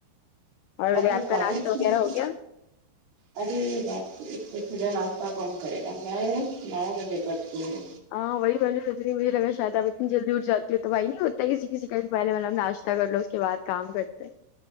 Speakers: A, on the left; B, on the right.
A: اور
B: جب
A: آپ
B: بارش
A: کا ناشتہ وغیرہ
B: چلتی
A: ہو گیا
B: ارے باپ رے اتنی صبح ناشتہ کون کرے گا میں میں نو بجے کرتی ہوں
A: ہاں وہی میں نے سوچ رہی مجھے لگا شاید اتنی جلدی اٹھ جاتی ہو تو بھائی نہیں ہوتا ہے کسی کسی کا سے پہلے والا ناشتہ اتنا کر لو اس کے بعد کام کرتے